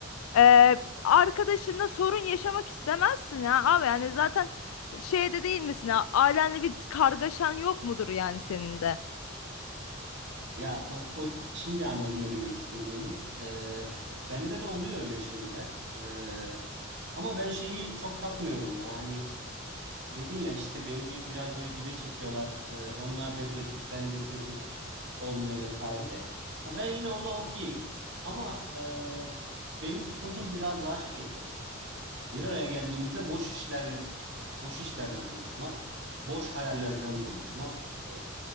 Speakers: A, on the left (about 85°); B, on the right (about 60°).
A: eee arkadaşınla sorun yaşamak istemezsin ya abi. Yani zaten şeyde değil misin ya? Ailenle bir kargaşan yok mudur yani senin de?
B: Ya o, o şimdi anladım ne demek istediğini. Ee, bende de oluyor öyle şeyler. Ee, ama ben şeyi çok takmıyorum ya. Hani Dedin ya işte beni biraz böyle dibe çekiyorlar. Ee, onlar depresif, ben depresif olmuyor vesaire. Ha, ben yine ona okeyim. Ama e, benim sıkıntım biraz daha şey böyle. Bir araya geldiğimizde boş işlerle, boş işlerden konuşmak, boş hayallerden konuşmak, e,